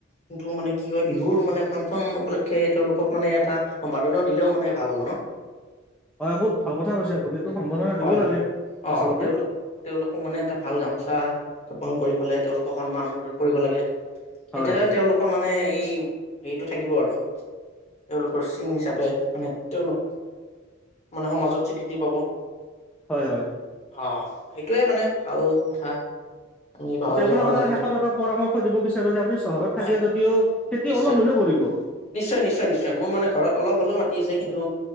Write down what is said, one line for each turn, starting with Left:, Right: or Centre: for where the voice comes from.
Left: যোনটো মানে কি হয়, বিহুৰ মানে ফাংচন উপলক্ষে তেওঁলোকক মানে এটা সম্বোধনা দিলেও মানে ভাল হ'ব ন?
Centre: হয় বহুত ভাল কথা কৈছে আপুনি। এইটো সম্বৰ্ধনা
Left: হয়
Centre: দিব লাগে।
Left: হয়। অ'
Centre: আচলতে
Left: তেওঁলোক, তেওঁলোককো মানে এটা ভাল গামোচা ৰোপন কৰি পেলাই তেওঁলোকক সন্মান কৰিব লাগে। তেতিয়াহ
Centre: হয়
Left: তেওঁলোকৰ মানে, এই হেৰিটো থাকিব আৰু, তেওঁলোকৰ চিন হিচাপে মানে তেওঁলোক, মানে সমাজত স্বীকৃতি পাব।
Centre: হয় হয়।
Left: অহ, সেইটোৱে মানে, আৰু কথা আমি পাহৰি
Centre: আপোনাক
Left: যাব নালাগেতো
Centre: এটা শেষত এটা পৰামৰ্শ দিব বিচাৰো যে, আপুনি চহৰত থাকে
Left: হয়
Centre: যদিও খেতি
Left: নিশ্চয়
Centre: অলপ হলেও কৰিব।
Left: নিশ্চয় নিশ্চয় নিশ্চয় মোৰ মানে ঘৰত অলপ হ'লেও মাতি আছে কিন্তু,